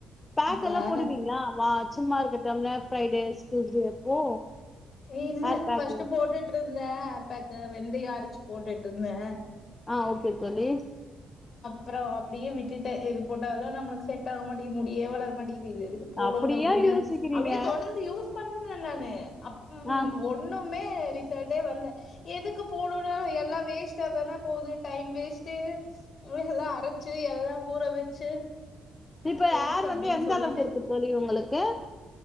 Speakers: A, on the left; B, on the left.
A: பேக்
B: வேற
A: எல்லாம் போடுவீங்களா வா சும்மா இருக்க டைம்ல ஃப்ரைடே டூயுஸ்டே அப்போ
B: இல்ல
A: ஹேர் பேக்கு
B: பர்ஸ்ட் போட்டுட்டு இருந்தேன் பேக்கு வெந்தயம் அரச் போட்டுட்ருந்தேன்
A: ஆஹ் ஓகே தோழி
B: அப்றம் அப்டியே விட்டுட்டன் எது போட்டாலும் நம்ளுக்கு செட் ஆக மாட்டிங்கிது முடியே வளர மாட்டேங்குது இத எதுக்கு போடனு
A: அப்படியா
B: அப்டின்னு
A: யோசிக்கிறீங்க
B: அப்டியே தொடர்ந்து யூஸ் பண்ண <unintelligible> நானு அப் உம்
A: ஆ
B: ஒண்ணும் மே ரிசல்ட்டே வரல எதுக்கு போடணும் எல்லாம் வேஸ்ட்டா தான போகுது டைம் வேஸ்ட்டு எல்லாம் அரச்சு எல்லாம் ஊற வச்சு
A: இப்ப ஹேர்
B: எதுக்கு
A: வந்து
B: அப்படின்னு
A: எந்த
B: சொல்லிட்டு
A: அளவுக்கு இருக்கு தோழி உங்களுக்கு